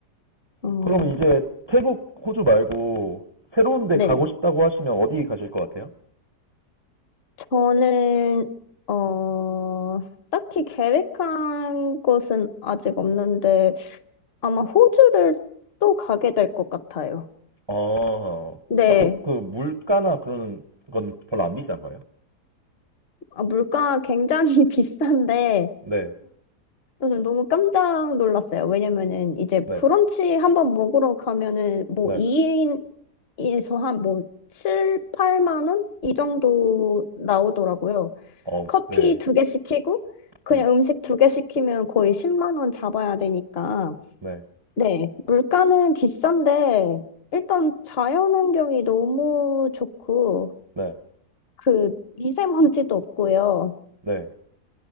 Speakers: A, on the left; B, on the right.
A: 어,
B: 그럼 이제 태국 호주 말고 새로운 데
A: 네.
B: 가고 싶다고 하시면 어디 가실 것 같아요?
A: 저는, 어, 딱히 계획한 곳은 아직 없는데, 아마 호주를 또 가게 될 것 같아요.
B: 아,
A: 네.
B: 아, 그, 그, 물가나 그런 건 별로 안 비싼 거예요?
A: 아, 물가 굉장히 <laughs> 비싼데,
B: 네,
A: 저는 너무 깜짝 놀랐어요. 왜냐면은 이제
B: 네,
A: 브런치 한번 먹으러 가면은 뭐
B: 네,
A: 2인에서 한 뭐 7, 8만 원? 이 정도 나오더라고요.
B: 어,
A: 커피
B: 네,
A: 두 개 시키고, 그냥
B: 네,
A: 음식 두 개 시키면 거의 10만 원 잡아야 되니까.
B: 네,
A: 네,
B: 어,
A: 물가는 비싼데, 일단 자연환경이 너무 좋고,
B: 네,
A: 그 미세먼지도 없고요.
B: 네.